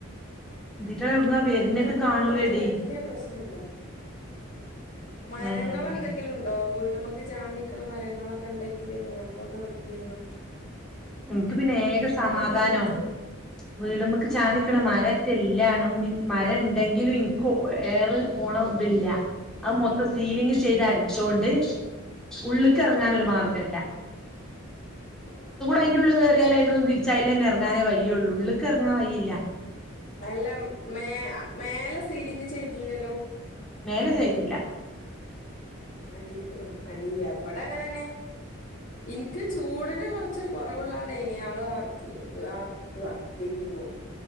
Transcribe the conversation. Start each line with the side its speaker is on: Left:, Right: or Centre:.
Centre: ഇതിറ്റള് എവിടുന്നാ
Left: പൊർത്തെർങ്ങാത്തോണ്ട്
Centre: വരുന്നത് കാണൂലടി
Left: വല്ല്യ പ്രശ്നല്ല മരങ്ങളെന്തെങ്കിലുണ്ടോ
Centre: ഉം ഉം ഉം
Left: വീട്മ്മ് ചാഞ്ഞ്ക്ക്ണ മരങ്ങളൊക്കെണ്ടെങ്കില് അങ്ങൻത്തൊക്കെ വെട്ടിടണം.
Centre: ഇൻക്ക് പിന്നെ ഏക സമാധാനം
Left: അന്റെ അടുത്ത്
Centre: വീട്മ്മ്ക്ക് ചാഞ്ഞ്ക്ക്ണ
Left: ഉം
Centre: മര റ്റല്ലാണും മരണ്ടെങ്കിലും ഇൻക്ക് ഏറ് പോണതില്ല അമൊത്തം സീലിങ് ചെയ്ത് അട്ച്ചോണ്ട് ഉള്ള്ക്കെർങ്ങാനൊരു
Left: ആഹ്
Centre: മാർഗല്ല.
Left: ആഹ് <unintelligible>
Centre: അയ്ന്റുള്ള്കേറിയാല് അയ്ന്റുള്ള്ന്ന് തിരിച്ചയിലെന്നെർങ്ങാനെ വയ്യൊള്ളു ഉള്ള്ക്കെർങ്ങാന് വയ്യില്ല.
Left: അല്ല മേ അ മേല സീലിങ് ചെയ്തീല്ലല്ലോ?
Centre: മേലെ ചെയ്തില്ല
Left: അടീല് ആ അടീല് ഇവടങ്ങനന്നെ ഇൻക് ചൂടിന് കൊർ ർച്ചൊര് കൊറവ്ള്ളാ ഡൈനിആളും ആ വർക്കേ തു ആഹ് തുവാ ലിവിങ്ങും